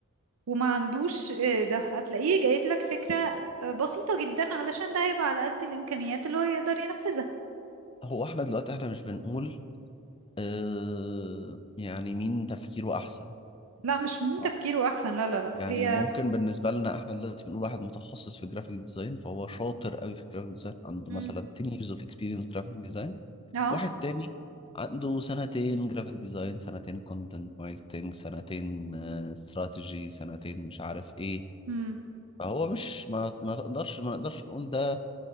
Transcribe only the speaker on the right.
وما عندوش آه، ده هتلاقيه جايب لك فكرة آه، بسيطة جدا علشان ده هيبقى على قد الإمكانيات اللي هو يقدر ينفذها
لا مش من
تفكيره أحسن لا لا لا
هي
مم.
اه
مم.